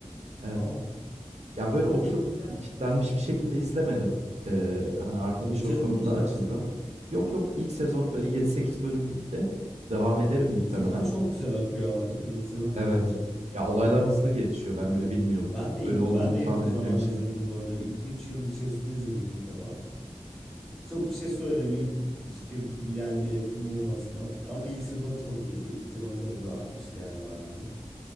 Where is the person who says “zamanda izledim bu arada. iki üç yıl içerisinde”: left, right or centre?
Centre